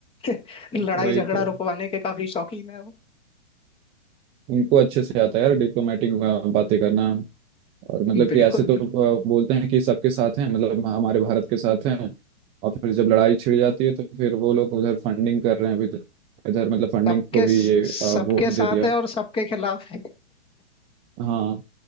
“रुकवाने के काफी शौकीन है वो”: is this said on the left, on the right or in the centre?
Left